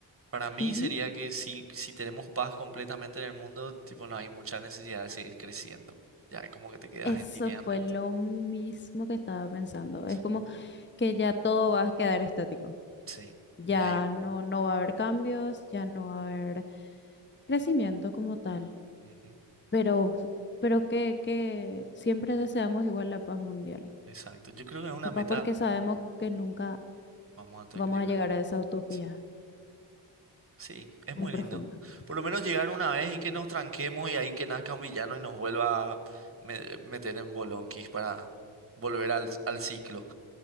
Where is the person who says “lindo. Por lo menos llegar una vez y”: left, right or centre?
Right